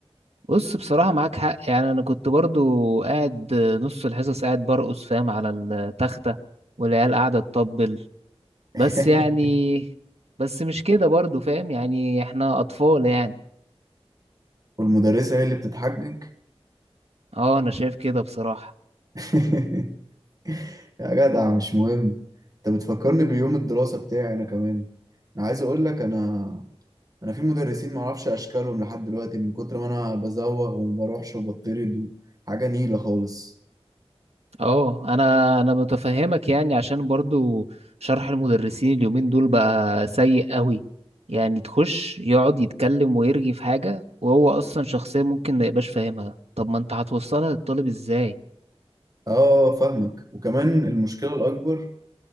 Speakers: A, on the right (about 80°); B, on the right (about 35°).
A: بص بصراحة معاك حق يعني انا كنت برضو قاعد نص الحصص قاعد برقص فاهم على التختة والعيال قاعدة تطبل بس
B: <laughs>
A: يعني بس مش كده برضو فاهم يعني احنا اطفال يعني
B: والمدرسة هي اللي بتتحجج
A: اه انا شايف كده بصراحة
B: <laughs> يا جدع مش مهم انت بتفكرني بيوم الدراسة بتاعي انا كمان انا عايز اقول لك انا انا في مدرسين ما اعرفش اشكالهم لحد دلوقتي من كتر ما انا بزوغ وما بروحش وبطرد حاجة نيلة خالص
A: اه انا انا متفهمك يعني عشان برضو شرح المدرسين اليومين دول بقى سيء قوي يعني تخش يقعد يتكلم ويرغي في حاجة وهو اصلا شخصية ممكن ما يبقاش فاهمها طب ما انت هتوصلها للطالب ازاي
B: اه فاهمك وكمان المشكلة الأكبر